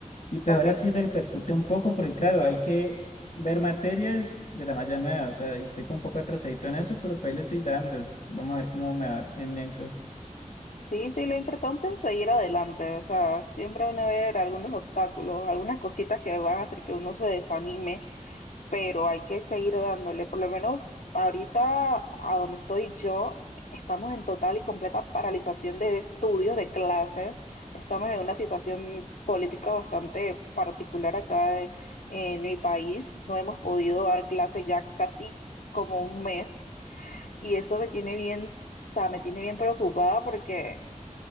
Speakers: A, on the left; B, on the left.
A: y pues
B: Okay.
A: ahora sí repercute un poco porque claro, hay que ver materias de la malla nueva, o sea, y estoy un poco atrasadito en eso, pero pues ahí le estoy dando. Vamos a ver cómo me va en eso.
B: Sí, sí, lo importante es seguir adelante. O sea, siempre van a haber algunos obstáculos, algunas cositas que van a hacer que uno se desanime, pero hay que seguir dándole. Por lo menos ahorita, a donde estoy yo, estamos en total y completa paralización de estudios, de clases. Estamos en una situación política bastante particular acá en en mi país. No hemos podido dar clases ya casi como un mes. Y eso me tiene bien, o sea, me tiene bien preocupada porque